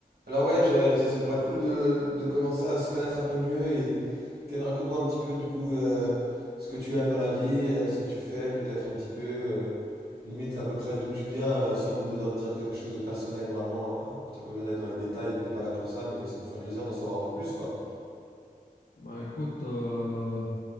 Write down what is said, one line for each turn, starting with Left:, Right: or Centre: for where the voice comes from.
Right: Alors ouais, je- ce serait pour être cool de, de commencer à se connaître un peu mieux et que- raconte-moi un petit peu du coup euh, ce que tu aimes dans la vie, euh, ce que tu fais, peut-être un petit peu, euh, limite à peu près d'où tu viens, euh, sans me dire, dire quelque chose de personnel vraiment. euh, t'as pas besoin d'aller dans les détails, on n'est pas là pour ça, mais ça me ferait plaisir d'en savoir un peu plus quoi.
Left: Bah écoute, euh,